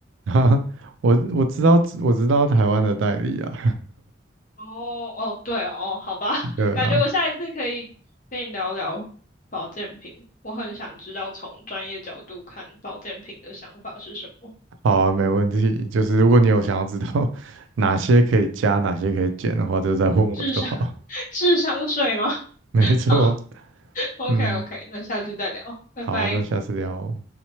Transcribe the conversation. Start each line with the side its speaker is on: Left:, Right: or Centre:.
Right: <laughs> 我我知道我知道台湾的代理啊，
Left: 哦哦，对哦，好吧，<laughs>
Right: <laughs> 对啊，
Left: 感觉我下一次可以跟你聊聊保健品，我很想知道从专业角度看保健品的想法是什么。
Right: 好啊，没问题。就是如果你有想要知道 <laughs> 哪些可以加，哪些可以减的话，就再问我就好。
Left: 智商 <laughs> 智商税吗？
Right: <laughs> 没错，
Left: 好，OK
Right: 嗯，
Left: OK，那下次再聊，拜拜。
Right: 好，那下次聊哦。